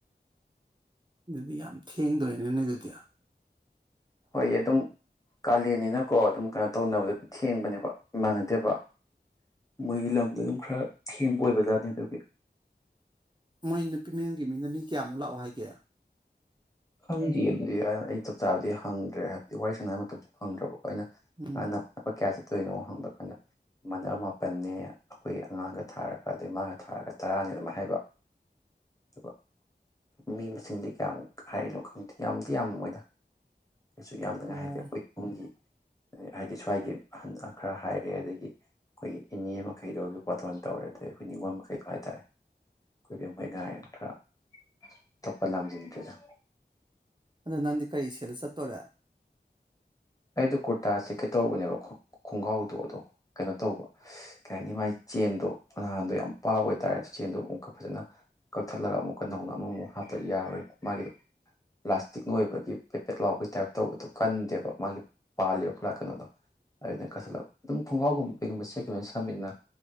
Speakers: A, on the right; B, on the left.
A: ꯑꯗꯨꯗꯤ ꯌꯥꯝ ꯊꯦꯡꯗꯣꯔꯤꯅꯦ ꯅꯣꯏ ꯑꯗꯨꯗꯤ
B: ꯍꯣꯏ ꯑꯗꯨꯝ ꯀꯥꯂꯦꯟꯅꯤꯅꯀꯣ ꯑꯗꯨꯝ ꯀꯩꯅꯣ ꯇꯧꯅꯕꯗ ꯊꯦꯡꯕꯅꯦꯕ ꯃꯥꯟꯅꯗꯦꯕ ꯃꯣꯏꯒꯤ ꯂꯝꯗꯣ ꯑꯗꯨꯝ ꯈꯔ ꯊꯦꯡꯕ ꯑꯣꯏꯕꯖꯥꯠꯅꯤ ꯑꯗꯨꯒꯤ
A: ꯃꯣꯏ ꯅꯨꯄꯤ ꯃꯥꯌꯨꯝꯒꯤ ꯃꯤꯅ ꯃꯤ ꯀꯌꯥꯃꯨꯛ ꯂꯥꯛꯑꯣ ꯍꯥꯏꯒꯦ
B: ꯈꯪꯗꯤꯌꯦ ꯑꯗꯨꯗꯤ ꯑꯩ ꯆꯞ ꯆꯥꯕꯗꯤ ꯍꯪꯗ꯭ꯔꯦ ꯍꯥꯏꯕꯗꯤ ꯋꯥꯔꯤ ꯁꯥꯟꯅ ꯕꯩ ꯃꯇꯝꯗꯨ ꯐꯪꯗ꯭ꯔꯥꯕꯀꯣ ꯑꯩꯅ
A: ꯎꯝ
B: <unintelligible> ꯂꯨꯄꯥ ꯀꯌꯥ ꯆꯠꯇꯣꯏꯅꯣ ꯍꯪꯕ ꯀꯥꯟꯗ ꯃꯥꯥꯅ ꯃꯥꯄꯟꯅꯦ ꯑꯩꯈꯣꯏ ꯑꯉꯥꯡꯒ ꯊꯥꯔꯒ ꯑꯗꯩ ꯃꯥꯒ ꯊꯥꯔꯒ ꯇꯔꯥꯅꯦꯅ ꯑꯗꯨꯃꯥꯏ ꯍꯥꯏꯕ
A: <inaudible>
B: ꯑꯗꯨꯒ ꯃꯤ ꯃꯁꯤꯡꯗꯤ ꯀꯌꯥꯃꯨꯛ ꯍꯥꯏꯔꯤꯅꯣ ꯈꯪꯗꯦ ꯌꯥꯝꯗꯤ ꯌꯥꯝꯃꯣꯏꯗ ꯀꯩꯁꯨ ꯌꯥꯝꯅꯉꯥꯏ
A: ꯑꯣ
B: ꯍꯥꯏꯗꯦ ꯑꯩꯈꯣꯏꯃꯨꯡꯒꯤ ꯍꯥꯏꯗꯤ ꯁ꯭ꯋꯥꯏꯒꯤ ꯑꯍꯟ ꯈꯔ ꯍꯥꯏꯔꯦ ꯑꯗꯒꯤ ꯑꯩꯈꯣꯏꯒꯤ ꯏꯅꯦ ꯃꯈꯩꯗꯣ ꯕꯥꯇꯣꯟ ꯇꯧꯔꯦ ꯑꯗꯩ ꯑꯩꯈꯣꯏ ꯅꯤꯡꯉꯣꯜ ꯃꯈꯩꯗꯣ ꯍꯥꯏꯇꯥꯔꯦ ꯑꯩꯈꯣꯏꯕꯦꯝ ꯃꯣꯏ ꯉꯥꯏꯅ ꯈꯔ ꯑꯇꯣꯞꯄ ꯂꯥꯝꯖꯟꯗ꯭ꯔꯖꯨ
A: ꯑꯗꯣ ꯅꯪꯗꯤ ꯀꯔꯤ ꯁꯦꯠꯂ ꯆꯠꯇꯣꯔꯦ
B: ꯑꯩꯗꯣ ꯀꯨꯔꯇꯥ ꯁꯦꯠꯀꯦ ꯇꯧꯕꯅꯦꯕ ꯈꯣꯡꯒ꯭ꯔꯥꯎꯗꯣ ꯑꯗꯣ ꯀꯩꯅꯣ ꯇꯧꯕ ꯀꯩ ꯍꯥꯏꯅꯤ ꯃꯥꯥꯏ ꯆꯦꯟꯗꯣ ꯅꯍꯥꯟꯗꯣ ꯌꯥꯝ ꯄꯥꯕ ꯑꯣꯏꯇꯥꯔꯦ ꯆꯦꯟꯗꯣ ꯑꯃꯨꯛꯀꯥ ꯐꯖꯅ ꯀꯛꯊꯠꯂꯒ ꯑꯃꯨꯛꯀꯥ ꯅꯧꯅ ꯑꯃꯃꯨꯛ ꯍꯥꯞꯇ꯭ꯔꯥꯗꯤ ꯌꯥꯔꯔꯣꯏꯕ ꯃꯥꯒꯤꯗꯣ ꯄ꯭ꯂꯥꯁꯇꯤꯛꯅ ꯑꯣꯏꯕꯒꯤ ꯄꯦꯠꯄꯦꯠ ꯂꯥꯎꯕꯒꯤ ꯇꯥꯏꯞ ꯇꯧꯕꯗꯣ ꯀꯟꯗꯦꯕ ꯃꯥꯒꯤ ꯄꯥꯜꯂꯤꯕ ꯄꯨꯔꯥ ꯀꯩꯅꯣꯗꯣ <unintelligible> ꯀꯛꯊꯠꯂꯕ ꯑꯗꯨꯝ ꯈꯨꯡꯒꯥꯎꯒꯨꯝꯕ ꯀꯩꯒꯨꯝꯕ ꯁꯦꯠꯈꯤꯕ ꯁꯝꯃꯤꯗꯅ